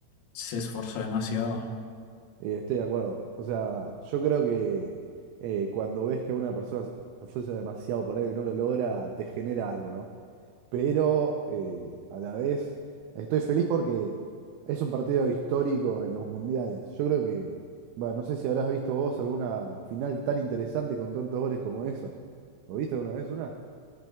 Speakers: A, on the left; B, on the right.
A: se esforzó demasiado.
B: Eh, Estoy de acuerdo. O sea, yo creo que eh, cuando ves que una persona se esfuerza demasiado por algo y no lo logra, te genera algo, ¿no? pero eh, a la vez estoy feliz porque es un partido histórico en los mundiales. Yo creo que, va, no sé si habrás visto vos alguna final tan interesante con tantos goles como esa. ¿Lo viste alguna vez una?